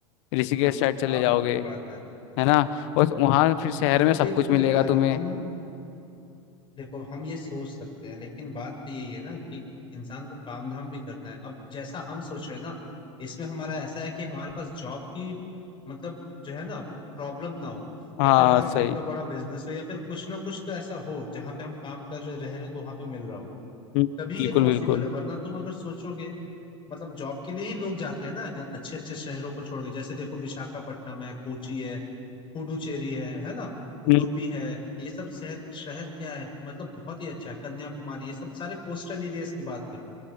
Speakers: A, on the left (about 60°); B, on the left (about 30°).
A: ऋषिकेश
B: हम्म
A: साइड चले
B: हाँ
A: जाओगे
B: वो भी बात है
A: है ना और वहाँ फिर शहर में
B: फिर
A: सब
B: देखो
A: कुछ मिलेगा
B: यार
A: तुम्हें
B: हम देखो हम ये सोच सकते हैं लेकिन बात तो यही है ना कि इंसान को काम धाम भी करना है अब जैसा हम सोच रहे हैं ना इसमें हमारा ऐसा है कि हमारे पास जॉब की मतलब जो है ना प्रॉब्लम ना हो
A: हाँ
B: या फिर हमारा
A: सही
B: खुद का बड़ा बिजनेस हो या फिर कुछ ना कुछ तो ऐसा हो जहाँ पे हम काम कर रहे रह रहे तो वहां पे मिल रहा हो
A: हम्म,
B: तभी
A: बिल्कुल
B: ये पॉसिबल
A: बिल्कुल
B: है वरना तुम अगर सोचोगे मतलब जॉब के लिए ही लोग जाते हैं ना अच्छे अच्छे शहरों को छोड़ के जैसे देखो विशाखापट्टनम है कोची है पुडुचेरी है है ना उडुपी
A: हम्म,
B: है ये सब शहर शहर क्या है मतलब बहुत ही अच्छा है कन्याकुमारी ये सब सारे कोस्टल एरियाज की बात कर लो